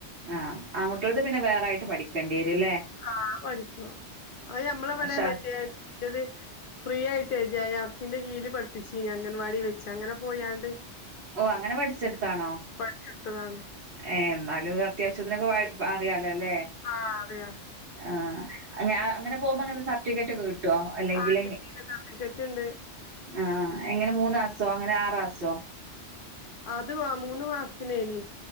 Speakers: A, on the right; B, on the left.
A: ആഹ് ആങ്കുട്ട്യാൾത് പിന്നെ വേറായിട്ട് പഠിക്കേണ്ട്യരും ല്ലേ
B: ആഹ് പഠിക്കണോ അത് ഞമ്മളെവിടെ
A: ഷ
B: മറ്റേ അത് ഫ്രീ ആയിട്ട് ജേ ആർ സിന്റെ കീഴില് പട് ച്ചീനി അംഗൻവാടി വെച്ച് അങ്ങനെ പോയാണ്ട്
A: ഓഹ് അങ്ങനെ പഠിച്ചിട്ത്താണോ
B: പഠിച്ചെടുത്തതാണ്
A: ഏഹ് എന്നാലും അത്യാവശ്യത്തിനൊക്കെ അറിയാലോ അല്ലേ
B: ആഹ് അതെയ
A: ആഹ് അ അങ്ങനെ പോകുമ്പോ അങ്ങനെ സർട്ടിഫിക്കറ്റ് ഒക്കെ കിട്ട്വോ അല്ലെങ്കിൽ
B: ആ കിട്ടീന് സർട്ടിഫിക്കറ്റ് ഉണ്ട്
A: ആഹ് എങ്ങനെ മൂന്നാസോ അങ്ങനെ ആറാസോ
B: അത് മാ മൂന്ന് മാസത്തിനേന്